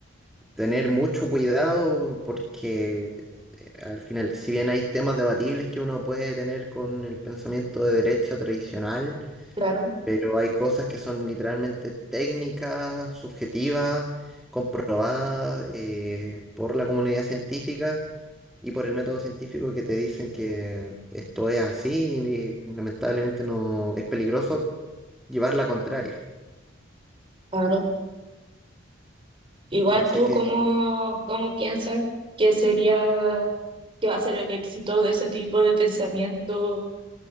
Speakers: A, in the centre; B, on the right (about 25°).
A: tener mucho cuidado porque eh, al final, si bien hay temas debatibles que uno puede tener con el pensamiento de derecha tradicional,
B: Claro,
A: pero hay cosas que son literalmente técnicas, subjetivas, comprobadas eh, por la comunidad científica y por el método científico que te dicen que esto es así y, lamentablemente no es peligroso llevar la contraria.
B: claro. Igual
A: No sé
B: tú,
A: qué.
B: ¿cómo, cómo piensas que sería, que va a ser el éxito de ese tipo de pensamiento,